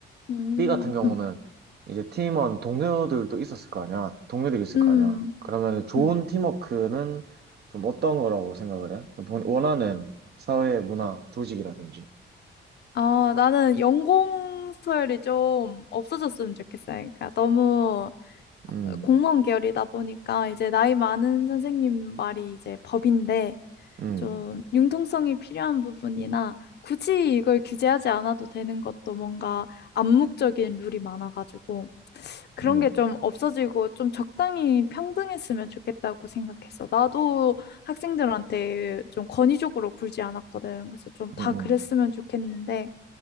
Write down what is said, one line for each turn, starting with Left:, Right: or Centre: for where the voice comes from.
Left: 음,
Right: B 같은 경우는
Left: 음,
Right: 이제 팀원 동료들도 있었을 거 아니야. 동료들이 있을
Left: 음,
Right: 거 아니야. 그러면 좋은
Left: 음.
Right: 팀워크는 좀 어떤 거라고 생각을 해? 좀 본- 원하는 사회 문화 조직이라든지.
Left: 아, 나는 연공서열이 좀 없어졌으면 좋겠어. 그러니까 너무 고-
Right: 음,
Left: 공무원 계열이다 보니까 이제 나이 많은 선생님 말이 이제 법인데
Right: 음,
Left: 좀 융통성이 필요한 부분이나 굳이 이걸 규제하지 않아도 되는 것도 뭔가 암묵적인 룰이 많아가지고 그런
Right: 음,
Left: 게 좀 없어지고 좀 적당히 평등했으면 좋겠다고 생각했어. 나도 학생들한테 좀 권위적으로 굴지 않았거든. 그래서 좀 다
Right: 음,
Left: 그랬으면 좋겠는데